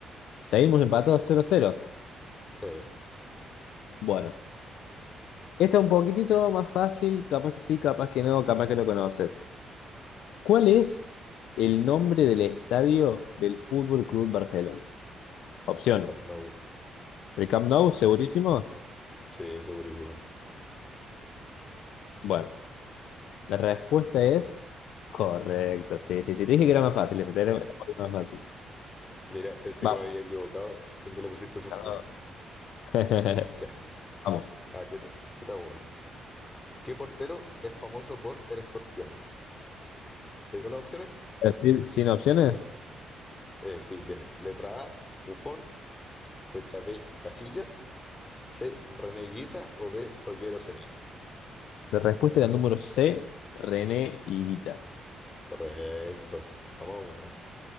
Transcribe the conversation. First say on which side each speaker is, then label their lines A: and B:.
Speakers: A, on the left; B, on the left.
A: Seguimos empatados cero cero.
B: Sí,
A: Bueno, esta es un poquitito más fácil. Capaz que sí, capaz que no, capaz que lo conoces. ¿Cuál es el nombre del estadio del Fútbol Club Barcelona? Opciones.
B: el Camp Nou.
A: ¿El Camp Nou, segurísimo?
B: Sí, segurísimo.
A: Bueno, la respuesta es correcta. Sí, sí, sí. Te dije que era más fácil. esa, te Era un poquito más fácil.
B: Mira, pensé
A: Vamos.
B: que me había equivocado. ¿Dónde le pusiste suspenso?
A: no. <laughs>
B: Ya.
A: Vamos.
B: Ah, yo, te- yo te hago una. ¿Qué portero es famoso por el escorpión? ¿Te digo las opciones?
A: Decir Sin opciones.
B: Eh, sí, tiene. Letra A, Buffon. Letra B, Casillas. C, reneguita o D, Roger Ceni.
A: La respuesta era el número C, René Higuita.
B: Correcto. Vamos a uno.